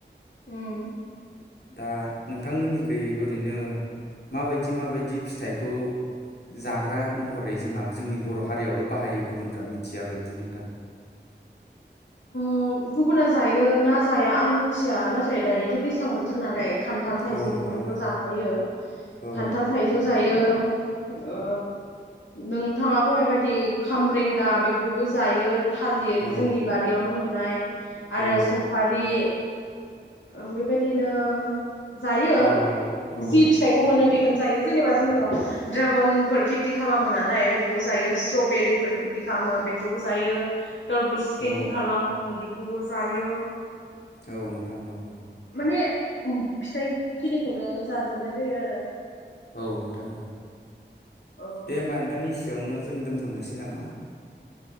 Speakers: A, on the left; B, on the left.
A: उम्म।
B: दा नोंथांमोननिखै ओरैनो माबायदि माबायदि फिथाइखौ जाग्रा महरै जोंहा जोंनि बर' हारियावल' बाहायो गुबुनफ्रा मिथिया बायदि नोंथां? <inaudible>
A: औ गुबुना जायो ना जाया आं मिथिया नाथाय दायोथ' दैज्लां बोथोर नालाय खान्थाल थाइजौ
B: औ नोंथां
A: बेफोरखौथ'
B: औ
A: जाखायो
B: औ
A: खान्थाल थाइजौ जायो। ओ नोंथाङा बुंनाय बायदि खामरेंगा बेखौबो जायो। थालिर
B: औ
A: जोंनि बारियावनो मोननाय आरो
B: औ
A: सफारि ओं बेबायदिनो जायो
B: औ औ
A: जि फिथाइखौ मोनो बेखौनो जायो जेनेबा जोंनियाव द्रागन फोर खेति खालामो नालाय बेफ खुबु जायो स्त्र'बेरिफोर खेति खामो बेखौबो जायो तरबुज खेति
B: औ
A: खालाम बेखौबो जायो।
B: औ नोंथां औ औ।
A: बे ओम फिथाइ खिनिखौनो जाजोबनाय जायो आरो।
B: औ नोंथां औ
A: औ
B: दे होमबा नोंथांनि सि बेयावनो जों दोनथ'नोसै नामा?